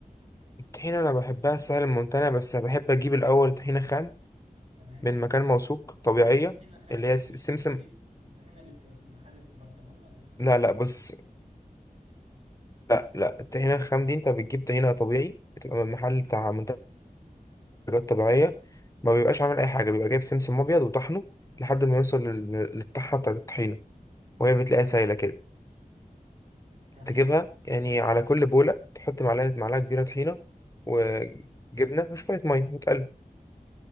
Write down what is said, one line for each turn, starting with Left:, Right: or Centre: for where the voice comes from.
Left: الطحينه انا بحبها سهل الممتنع بس بحب اجيب الاول طحينه خام
Right: تمام
Left: من مكان موثوق طبيعيه
Right: يعني ايه طحينة خام
Left: اللي هي س-
Right: مش
Left: سمسم
Right: مش دي الطحينة اللي بتبقى في المحل في البرطمان ولا بتبقى
Left: لا لا بص لا لا الطحينة الخام دي انت بتجيب طحينة طبيعي بتبقى من محل بتاع منتجات طبيعية ما بيبقاش عامل أي حاجة بيبقى جايب سمسم أبيض وطحنه لحد ما يوصل لل- للطحنة بتاعت الطحينة وهي بتلاقيها سايلة كده
Right: تمام
Left: تجيبها يعني على كل بولة تحط معلقة معلقة كبيرة طحينة وجبنة وشوية مية وتقلب